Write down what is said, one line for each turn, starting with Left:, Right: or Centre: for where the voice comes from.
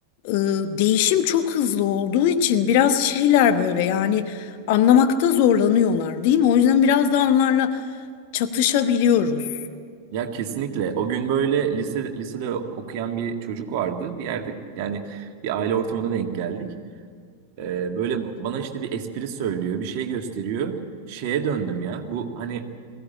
Left: e, değişim çok hızlı olduğu için biraz şeyler böyle yani anlamakta zorlanıyorlar değil mi? O yüzden biraz da onlarla çatışabiliyoruz.
Right: Ya kesinlikle. O gün böyle lise, lisede okuyan bir çocuk vardı. Bir yerde yani bir aile ortamına denk geldik. Ee, böyle bana işte bir espri söylüyor, bir şey gösteriyor. Şeye döndüm ya. Bu hani